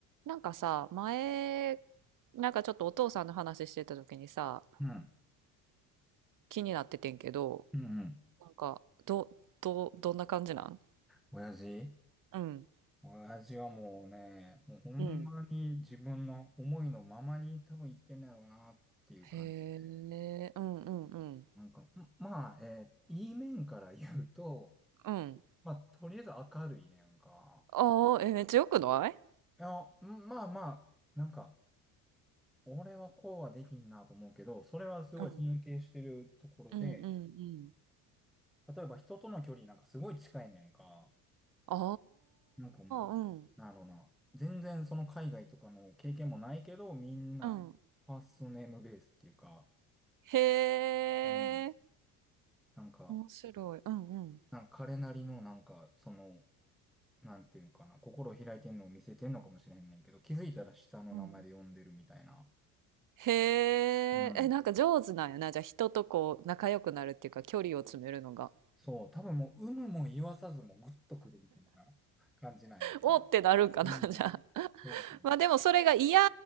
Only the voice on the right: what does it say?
なんかさ、前、なんかちょっとお父さんの話してた時にさ、
気になっててんけど、
なんか、ど、ど、どんな感じなん
うん。
うん。へえ、うんうんうん。
うん。
ああ、え、めっちゃよくない
うん。うんうんうん。
あ
あ、うん。
うん。
へえ、
面白い。うんうん。
うん。へ
え、え、なんか上手なんやな。じゃあ人とこう仲良くなるっていうか距離を詰めるのが。
おってなるんかな、
<laughs> じゃあ。
まあでもそれが嫌